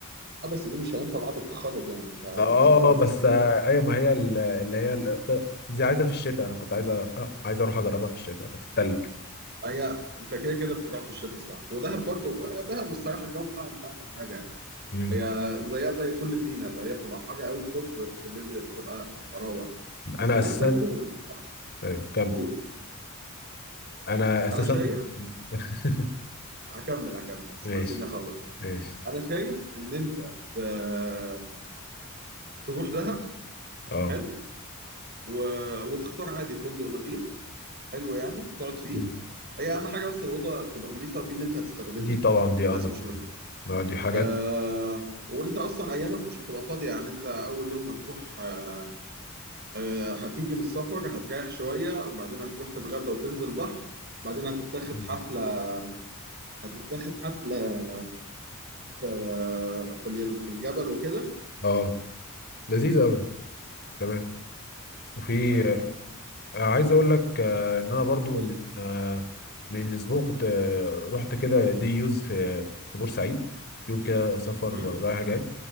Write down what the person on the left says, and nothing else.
ده اه
بس
آه، ايوه ما هي ال- اللي هي ال- دي عايزه في الشتاء انا كنت عايزه آه، عايز اروح اجربها في الشتاء في التلج
مم.
انا
اساسا
ايوه كمل
انا اساسا
<laughs>
ماشي
ماشي
اه
مم.
دي طبعا دي اهم
حاجه.
اه لا دي حاجات
مم.
اه لذيذه قوي دي. تمام وفي
آه، عايز اقول لك آه، ان انا برضو
من
آه، من اسبوع كنت آه، رحت كده دي يوز في في بورسعيد يوم كده سفر
رايح جاي